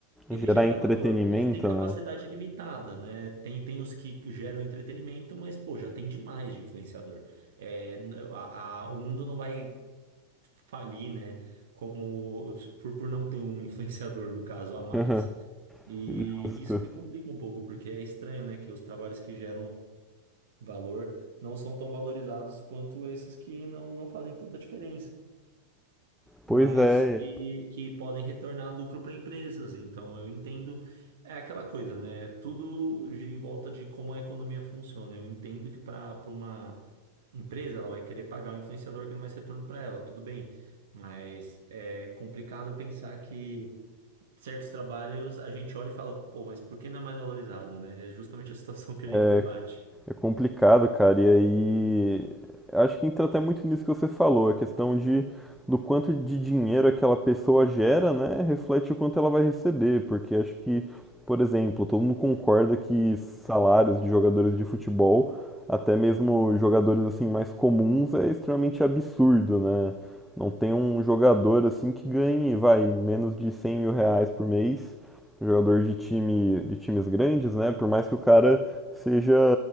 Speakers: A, on the right (about 60°); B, in the centre.
A: ele
B: Gerar
A: gera
B: entretenimento,
A: valor, mas tem capacidade
B: né?
A: limitada, né? Tem, tem os que geram entretenimento, mas, pô, já tem demais de influenciador. É, n- a- a- o mundo não vai falir, né? Como por, por não ter um <laughs> influenciador, no caso, a mais.
B: <laughs>
A: E
B: Justo.
A: isso me complica um pouco, porque é estranho, né? Que os trabalhos que geram valor não são tão valorizados quanto esses que não, não fazem tanta diferença
B: Pois
A: mas
B: é,
A: que, que podem retornar lucro para empresas. Então, eu entendo. É aquela coisa, né? Tudo gira em volta de como a economia funciona. Eu entendo que para para uma empresa, ela vai querer pagar o influenciador que dá mais retorno para ela, tudo bem. Mas é complicado pensar que certos trabalhos a gente olha e fala, pô, mas por que não é mais valorizado, né? É justamente a situação que a
B: é,
A: gente debate.
B: É complicado, cara. E aí, acho que entra até muito nisso que você falou, a questão de do quanto de dinheiro aquela pessoa gera, né, reflete o quanto ela vai receber, porque acho que, por exemplo, todo mundo concorda que salários de jogadores de futebol, até mesmo jogadores assim mais comuns, é extremamente absurdo, né? Não tem um jogador assim que ganhe, vai, menos de cem mil reais por mês, jogador de time, de times grandes, né? Por mais que o cara seja